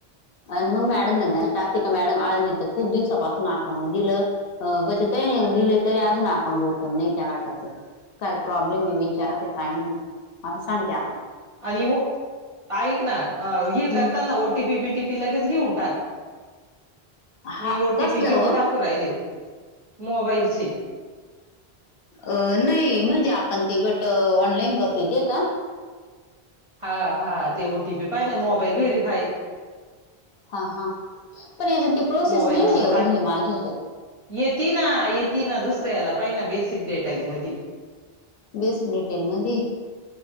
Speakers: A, on the left; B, on the right.
A: अन मग मॅडमल
B: हम्म
A: ना अ असटागतिक <unintelligible> मॅडम आळंदीच खूप दिवसापासून अकाउंट दिलं बच तहीेऊन <unintelligible> दिले तरी
B: हम्म.
A: अजून अकाउंट ओपन नाही त्या गाटाच काय प्रॉब्लेम आहे विचारात काही ना असं सांगते आता
B: आणि <unintelligible> ऐक ना हे
A: हम्म
B: करतात ना ओटीपी बीटीपी लगेच घेऊन टाक
A: हा
B: मी ओटीपी
A: कसलं हो?
B: घेऊन टाकू राहिले मोबाईलचे
A: अ नाही म्हणजे आपण ते गट ऑनलाईन करत ते का
B: हा हा ते ओटीपी पाहि ना मोबाईल व्हेरीफाय
A: हा हा पण याच्यात ती प्रोसेस
B: मोबाईल
A: नाही
B: नंबर
A: ना येऊ
B: टाक
A: राहिली माझ्या ह्याच्यात
B: येती ना येती ना दुसऱ्या याला का <unintelligible> ना बेसिक डेटा येईल मधी
A: वीस मीटेर मध्ये